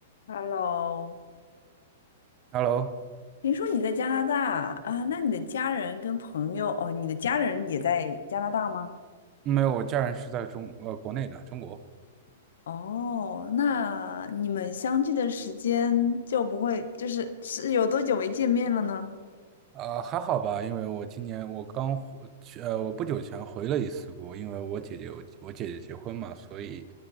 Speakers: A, on the left; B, on the right.
A: Hello，
B: Hello，
A: 听说你在加拿大啊？那你的家人跟朋友哦，你的家人也在加拿大吗？
B: 没有，我家人是在中呃国内的中国，
A: 哦，那你们相聚的时间就不会，就是是有多久没见面了呢？
B: 呃还好吧，因为我今年我刚回去呃我不久前回了一次国，因为我姐姐我我姐姐结婚嘛，所以